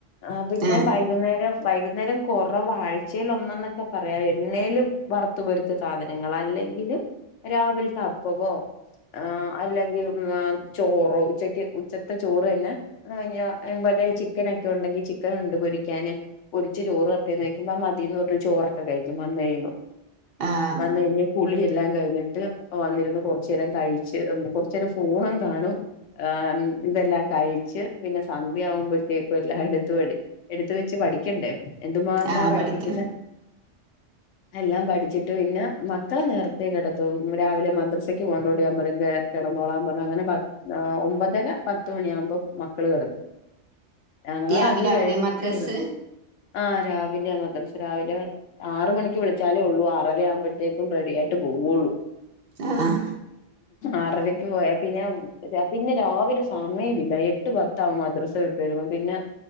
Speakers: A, on the left; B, on the right.
A: ആ പിന്നെ
B: ആഹ്
A: വൈകുന്നേരം വൈകുന്നേരം കുറവാ... ആഴ്ചേൽ ഒന്നന്നൊക്കെ പറയാം. എണ്ണേല് വറുത്തു പൊരിച്ച സാധനങ്ങൾ അല്ലെങ്കില് രാവിലത്തെ അപ്പവോ ആഹ് അല്ലെങ്കി ചോറോ ഉച്ചക്ക് ഉച്ചത്തെ ചോറ് തന്നെ ഞാ അല്ലേ ചിക്കനൊക്കെ ഉണ്ടെങ്കി ചിക്കൻ ഉണ്ട് പൊരിക്കാന് പൊരിച്ച് ചോറ് തരട്ടേ ന്ന് ചോയ്ക്കുമ്പൊ മതീന്ന് പറഞ് ചോറൊക്കെ കഴിക്കും വന്നു കഴിയുമ്പം.
B: ആഹ്
A: വന്ന് കഴിഞ്ഞാ കുളിയെ എല്ലാം കഴിഞ്ഞിട്ട് വന്നിരുന്ന് കുറച്ചു നേരം കഴിച്ച് കുറച്ച് നേരം ഫോണും കാണും ആ ഇതെല്ലാം കഴിച്ച് പിന്നെ സന്ധ്യ ആവുമ്പോഴത്തേക്കും എല്ലാം എടുത്ത് പഠി എടുത്ത വെച്ച് പഠിക്കണ്ടേ? എന്തുമാത്രാ
B: ആഹ്
A: പഠിപ്പിക്കുന്നെ
B: പഠിക്കാം
A: എല്ലാം പഠിച്ചിട്ട് പിന്നെ മക്കളെ നേരത്തേ കിടത്തും രാവിലെ മദ്രസക്ക് പോകണ്ടോണ്ട് ഞാൻ പറയും കെടന്നോളാൻ പറഞ്ഞ് അങ്ങനെ പത് ഓ ഒമ്പതര പത്ത് മണിയാകുമ്പം മക്കള് കെടക്കും. ഞങ്ങള
B: രാവിലെ
A: അത് കഴിഞ്ഞിട്ടേള്ളു
B: ആവൂലേ മദ്രസ്
A: ആ രാവിലെ ആ മദ്രസ രാവിലെ ആറ് മണിക്ക് വിളിച്ചാലേ ഉള്ളൂ ആറര ആവുമ്പോഴത്തേക്കും റെഡി ആയിട്ട് പോവൊള്ളൂ
B: ആഹ്
A: ആറരക്ക് പോയാ പിന്നെ പിന്നെ രാവിലെ സമയമില്ല, എട്ട് പത്താവും മദ്രസ വിട്ട് വരുമ്പോ പിന്നെ